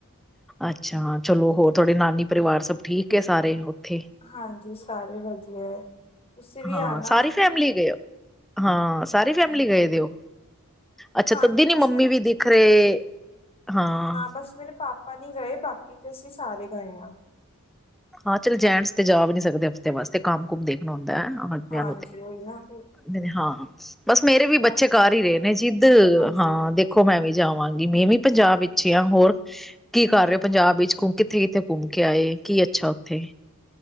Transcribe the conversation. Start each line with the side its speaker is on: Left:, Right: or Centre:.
Centre: ਅੱਛਾ ਚਲੋ ਹੋਰ ਤਹਾਡੇ ਨਾਨੀ ਪਰਿਵਾਰ ਸਭ ਠੀਕ ਏ ਸਾਰੇ। ਉੱਥੇ?
Left: ਹਾਂਜੀ ਸਾਰੇ ਵਧੀਆ ਹੈ ਤੁਸੀਂ ਵੀ
Centre: ਹਾਂ,
Left: ਆਣਾ
Centre: ਸਾਰੀ ਫੈਮਿਲੀ ਗਏ ਹੋ? ਹਾਂ। ਸਾਰੀ ਫੈਮਿਲੀ
Left: ਹਾਂਜੀ
Centre: ਗਏ ਦੇ ਔ, ਅੱਛਾ
Left: ਹਾਂਜੀ
Centre: ਤਦੀ ਨੀ
Left: ਬਸ
Centre: ਮੰਮੀ
Left: ਮੇਰੇ
Centre: ਵੀ ਦਿਖ ਰਹੇ ਹਾਂ।
Left: ਬਸ ਮੇਰੇ ਪਾਪਾ ਨਹੀ ਗਏ ਬਾਕੀ ਤੇ ਅਸੀਂ ਸਾਰੇ ਗਏ ਆ।
Centre: ਹਾਂ ਚਲੋ ਜੈਂਟਸ ਤੇ ਜਾ ਵੀ ਨਹੀਂ ਸਕਦੇ ਹਫ਼ਤੇ ਵਾਸਤੇ ਕੰਮ ਕੁਮ ਦੇਖਣਾ ਹੁੰਦਾ। ਭੈਣ ਉਹਨਾਂ ਦੀਆਂ
Left: ਹਾਂਜੀ ਉਹੀ ਨਾ ਫਿਰ
Centre: ਤੇ ਹਾਂ ਬਸ ਮੇਰੇ ਵੀ ਬੱਚੇ
Left: ਬਾਕੀ
Centre: ਕਰ
Left: ਸਭ
Centre: ਹੀ ਰਹੇ ਨੇ ਜਿੱਦ
Left: ਹਾਂਜੀ
Centre: ਹਾਂ ਦੇਖੋ ਮੈਂ ਵੀ ਜਾਵਾਂਗੀ ਮੈਂ ਵੀ ਪੰਜਾਬ ਵਿੱਚ ਯਾ, ਹੋਰ ਕੀ ਕਰਰਿਓ ਪੰਜਾਬ ਵਿੱਚ ਕੁ ਕਿੱਥੇ-ਕਿੱਥੇ ਘੁੰਮ ਕੇ ਆਏ ਕੀ ਐ ਅੱਛਾ ਓਥੇ